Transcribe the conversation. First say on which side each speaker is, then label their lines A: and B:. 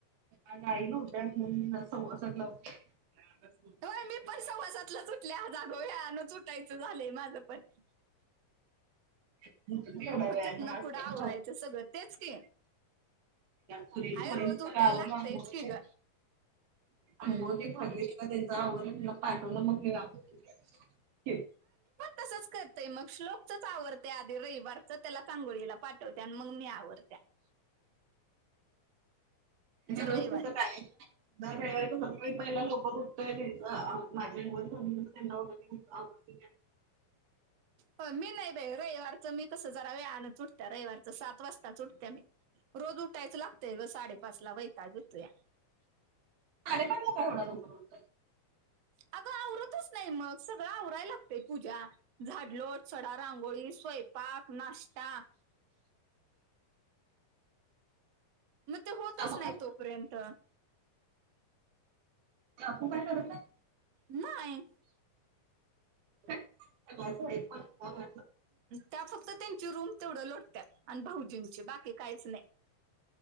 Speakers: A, on the right (about 80°); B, on the right (about 55°).
A: आज आई नव्हत्या म्हणून संवासातला उठले
B: होय, मी पण सवासातलंच ऊटलोय,, आज आग वेळानच ऊटायचं झालंय माझं पण.
A: <inaudible>
B: मग तिथन
A: आज
B: पुढं
A: त्या
B: आवरायचं सगळं,, तेच की.
A: पुरी,
B: हाय
A: पुरींच
B: रोज
A: जरा
B: उठायला
A: आवरलो,
B: लागतंयच
A: आंगोळी
B: की
A: तेन
B: गं हम्म
A: आंघोळ तेन झाली बाई मग हेंच आवरलं, हिला पाठवलं मग मी आवरलं <inaudible>
B: तसच करतय मग श्लोक चच आवडते आधी रविवारच त्याला आगोळीला पाठवते आणि मग मी आवरतिया जर
A: रोज
B: रविवारीच
A: कस काय हेच काय. रविवारच सकाळी पहिला लवकर उठतोय मी गं अंघोळ झाल्यावर त्याना उठवून मी आवरतिया
B: हो मी नाही बाई रविवारचं मी कस जरा वेळानंच उठतीया रविवारच सात वाजता उठत्या मी, रोज उठायचं लागतंय ग साडेपाच ला वैतागं येतू्या
A: साडे पाचला काय होणार एवढ्या लवकर उठून
B: अगं आवरतच नाही मग सगळं आवराय लागतंय पूजा झाडलोट, सडा, रांगोळी, स्वयंपाक, नाश्ता. म ते होतच
A: कामं
B: नाही तोपर्यंत
A: काकू काय करतंय
B: नाहीय
A: माझं आहे पण काम
B: त्या फक्त त्यांची रूम तेवढं लोटत्यात आणि भाऊजींची बाकी कायच नाही <inaudible>